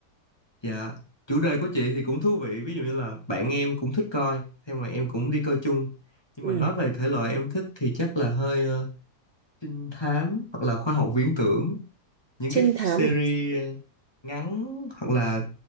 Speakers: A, on the left (about 15°); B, on the right (about 65°).
A: dạ. Chủ đề của chị thì cũng thú vị. Ví dụ như là bạn em cũng thích coi, thế mà em cũng đi coi chung. Nhưng
B: ừ.
A: mà nói về thể loại em thích thì chắc là hơi ờ, trinh thám hoặc là khoa học viễn tưởng những
B: trinh
A: cái
B: thám
A: series
B: à
A: ngắn hoặc là